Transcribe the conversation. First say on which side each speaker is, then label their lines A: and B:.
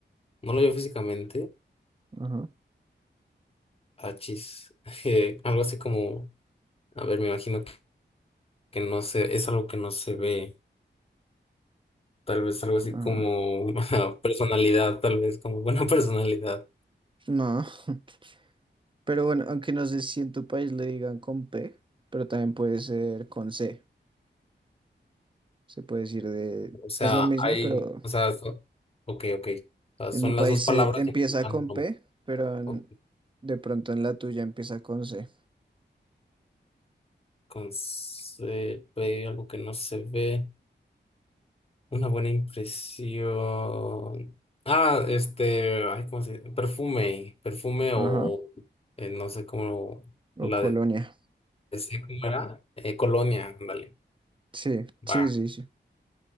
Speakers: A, on the left; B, on the right.
A: No lo veo físicamente.
B: Ajá,
A: Achis. <laughs> Eh, algo así como, a ver, me imagino que, que no sé, es algo que no se ve. Tal vez algo así
B: ajá.
A: como <laughs> personalidad, tal vez como buena <laughs> personalidad.
B: No, <laughs> pero bueno, aunque no sé si en tu país le digan con P, pero también puede ser con C. Se puede decir de...
A: O sea,
B: Es lo mismo,
A: hay,
B: pero
A: o sea, so- ok, ok. O sea,
B: en
A: son
B: mi país
A: las dos palabras
B: se empieza
A: que implican
B: con
A: lo mismo.
B: P, pero en-
A: Ok,
B: de pronto en la tuya empieza con C.
A: con se ve algo que no se ve. Una buena impresión. Ah, este, ay, ¿cómo se dice? Perfume, perfume
B: Ajá,
A: o eh, no sé cómo
B: o
A: la
B: colonia.
A: de, ese, ¿cómo era? Eh, colonia, ándale.
B: Sí, sí,
A: Va,
B: sí, sí.